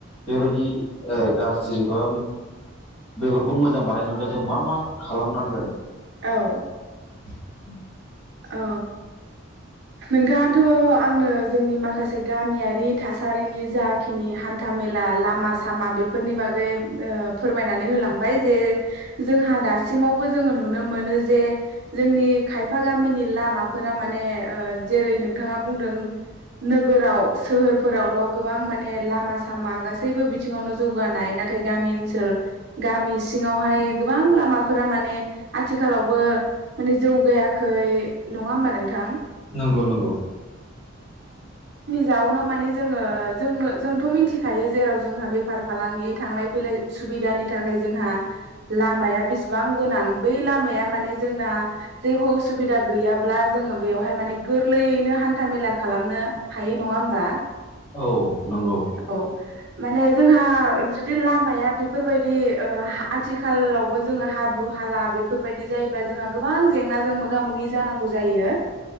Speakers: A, on the left (about 25°); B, on the right (about 50°).
A: बेबादि ओ गाज्रि बा बेफोरखौ मोजां बानायनोब्ला जों मा मा खालामनांगोन।
B: औ
A: <inaudible>
B: औ नोंथाङाथ' आंनो जोंनि माखासे गामियारि थासारिनि जाखिनि हान था मेला लामा सामा बेफोरनि बागैओ फोरमायनानै होलांबाय जे जोंहा दासिावबो जोंङो नुनो मोनो जे जोंनि खाय फा गामिनि लामाफोरा मानेओ जेरै नोंथाङा बुंदों नोगोराव सोहोरफोरावल' गोबां माने लामा सामा गासैबो बिथिङावनो जौगानाय ना थाय गामि ओनसोल गामि सिङावहाय गोबां लामाफोरा माने आथिखालावबो माने जौगाया खै नङा होमबा नोंथां
A: नंगौ नंगौ
B: जाउनाव माने जोंङो जोंनो जोंथ' मिथिखायो जेराव जोंहा बेफार फालांगि थांलाय फैलाय सु बिदानि थाखाय जोंहा लामाया बेसेबां गोनां बै लामाया माने जोंना जेबो उसु बिदा गैयाब्ला जोंङो बेवहाय माने गोरलैयैनो हान्था मेला खालामनो हायो नङा होमबा।
A: औ नंगौ
B: औ माने जोंहा जुदि लामाया बे फोरबायदि ओ आथिखालावबो जोंङो हाब्रु हाला बेफोरबायदि जायोब्ला जोंहा गोबां जेंनाजों मो गा मोगि जानांगौ जायो।